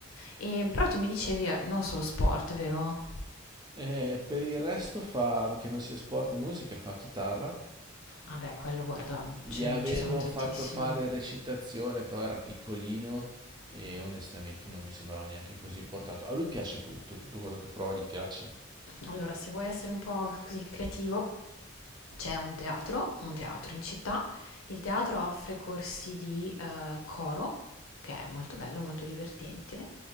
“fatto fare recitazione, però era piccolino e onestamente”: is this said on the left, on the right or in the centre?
Right